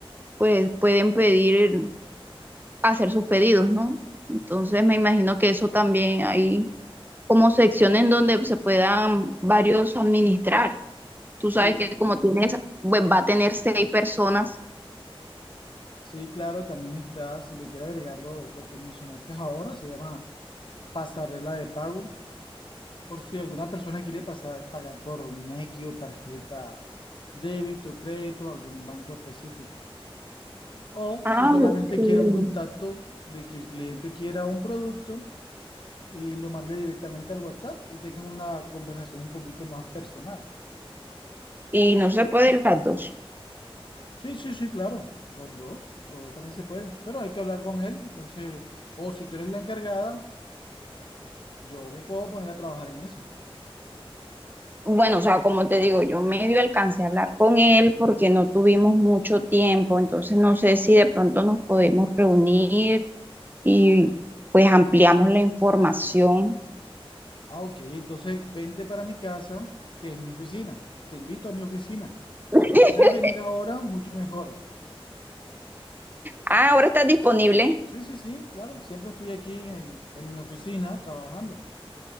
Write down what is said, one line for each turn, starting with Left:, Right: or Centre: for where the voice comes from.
Right: pues pueden pedir hacer sus pedidos, ¿no? Entonces me imagino que eso también hay como secciones donde se puedan varios administrar. Tú
Left: Sí,
Right: sabes que como tienes, pues va a tener seis personas.
Left: Sí, claro, también está, si le quiere agregar lo, lo que mencionaste ahora, se llama pasarela de pago. Por si alguna persona quiere pasar, pagar por Nequi o tarjeta débito, crédito, algún banco específico. O
Right: Ah,
Left: si solamente
Right: ok.
Left: quiere un contacto de que el cliente quiera un producto, y lo mandé directamente al WhatsApp y tengan una conversación un poquito más personal.
Right: Y no se pueden las dos.
Left: Sí, sí, sí, claro, los dos, los dos también se pueden, pero hay que hablar con él, entonces, o si tú eres la encargada, yo me puedo poner a trabajar en eso.
Right: Bueno, o sea, como te digo, yo medio alcancé a hablar con él porque no tuvimos mucho tiempo, entonces no sé si de pronto nos podemos reunir y pues ampliamos la información.
Left: Ah, ok, entonces vente para mi casa, que es mi oficina, te invito a mi oficina.
Right: <laughs>
Left: Si puedes venir ahora, mucho mejor.
Right: Ah, ahora estás disponible.
Left: Sí, sí, sí, claro, siempre estoy aquí en, en mi oficina trabajando.